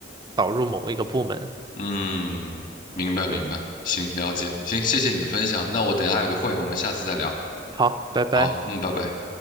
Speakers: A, on the right; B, on the left.
A: 导入某一个部门。
B: 嗯，明白明白，
A: 对，
B: 行，了解，行，谢谢你的分享。那我等一下还有个会，我们下次再聊。
A: 好，拜拜。
B: 好，嗯，拜拜。